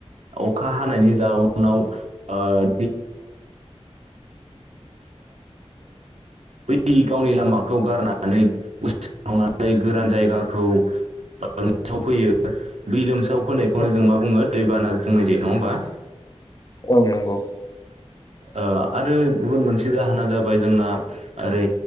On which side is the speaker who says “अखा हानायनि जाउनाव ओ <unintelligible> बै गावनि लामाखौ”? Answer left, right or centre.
Right